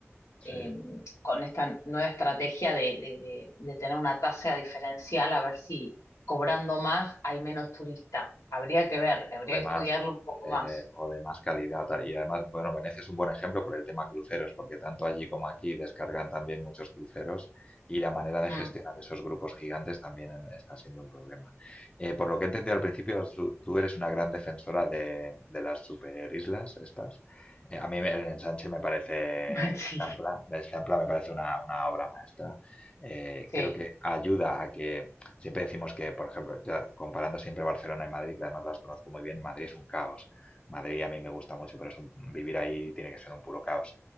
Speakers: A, on the left; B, on the left.
A: eh,
B: Sí.
A: con esta nueva estrategia de, de- de- de tener una tasa diferencial, a ver si cobrando más hay menos turistas. Habría que ver, habría
B: O de más,
A: que estudiarlo
B: o
A: un poco
B: de,
A: más.
B: o de más calidad. tal. Y además, bueno, Venecia es un buen ejemplo por el tema cruceros, porque tanto allí como aquí descargan también muchos cruceros y la manera de
A: Mm,
B: gestionar esos grupos gigantes también en- está siendo un problema. Eh, por lo que he entendido al principio, su- tú eres una gran defensora de, de las superislas estas. Eh, a mí me- el ensanche me parece,
A: <laughs> Sí,
B: Champla, el Champla me parece una, una obra maestra. Eh,
A: sí,
B: creo que ayuda a que Siempre decimos que, por ejemplo, ya comparando siempre Barcelona y Madrid, que además las conozco muy bien, Madrid es un caos. Madrid a mí me gusta mucho, pero es un- vivir ahí tiene que ser un puro caos.